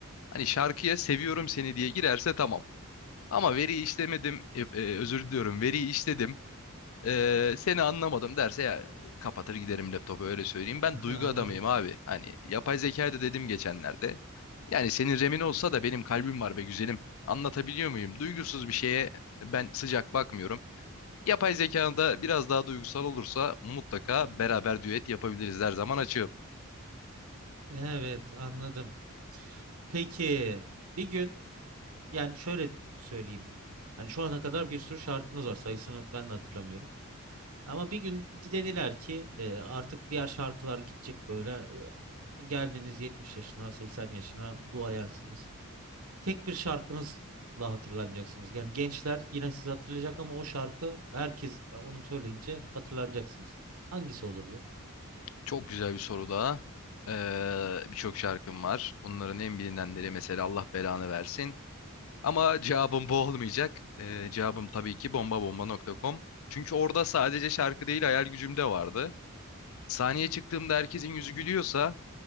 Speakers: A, on the left (about 65°); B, on the right (about 80°).
A: Hani şarkıya seviyorum seni diye girerse tamam. Ama veriyi işlemedim, e, e, özür diliyorum, veriyi işledim, e, seni anlamadım derse ya kapatır giderim laptopu öyle söyleyeyim. Ben
B: <laughs>
A: duygu
B: Anladım.
A: adamıyım abi. Hani yapay zekayı da dedim geçenlerde. Yani senin remin olsa da benim kalbim var be güzelim. Anlatabiliyor muyum? Duygusuz bir şeye ben sıcak bakmıyorum. Yapay zekanın da biraz daha duygusal olursa mutlaka beraber düet yapabiliriz. Her zaman açığım.
B: Evet anladım. Peki bir gün yani şöyle söyleyeyim. Yani şu ana kadar bir sürü şarkınız var. Sayısını ben de hatırlamıyorum. Ama bir gün dediler ki e, artık diğer şarkılar gidecek böyle. E, Geldiniz 70 yaşına, 80 yaşına duayensiniz. Tek bir şarkınızla hatırlanacaksınız. Yani gençler yine sizi hatırlayacak ama o şarkı herkes e, onu söyleyince hatırlanacaksınız. Hangisi olurdu?
A: Çok güzel bir soru daha. Ee, birçok şarkım var. Bunların en bilinenleri mesela Allah belanı versin. Ama cevabım bu olmayacak. Ee, cevabım tabii ki bombabomba.com. Çünkü orada sadece şarkı değil hayal gücüm de vardı. Sahneye çıktığımda herkesin yüzü gülüyorsa